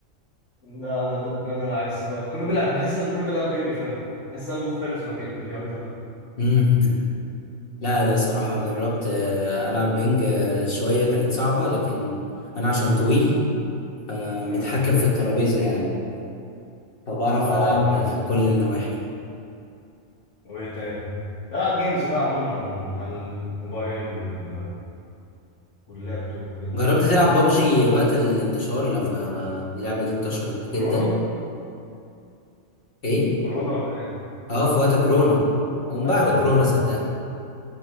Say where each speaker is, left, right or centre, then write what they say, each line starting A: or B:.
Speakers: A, on the left; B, on the left.
A: لا انا ضد انا العكس بقى كله بيلعب بحس ان كله بيلعب بينج فاهم بحس ان أنا المختلف الوحيد البلياردو ده
B: مم.
A: <laughs>
B: لا لا صراحة جربت آه، العب بينج آه، شوية كانت صعبة لكن انا عشان طويل آه،
A: امم
B: متحكم في الترابيزة يعني فبعرف
A: اه
B: ألعب
A: فاهم
B: في كل النواحي
A: وايه تاني بلعب جيمز بقى عموما على الموبايل وال... واللابتوب وكده
B: جربت تلعب بابجي وقت الانتشار لما اللعبة دي انتشرت جدا
A: كورونا
B: ايه؟
A: كورونا ولا ايه
B: اه في وقت كورونا ومن بعد
A: ايوه
B: كورونا
A: طبعا
B: صدقني